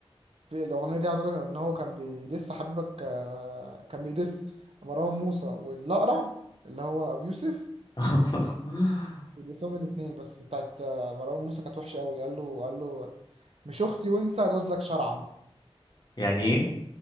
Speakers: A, on the right; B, on the left.
A: في الاغنيه دي عايز اقول لك ان هو كان بيدس حبيبك آه، كان بيدس مروان موسى والاقرع اللي هو ابو يوسف
B: <laughs>
A: بيدسهم الاثنين بس بتاعت آه، مروان موسى كانت وحشه قوي قال له قال له مش اختي وانسى اجوز لك شرعا
B: يعني ايه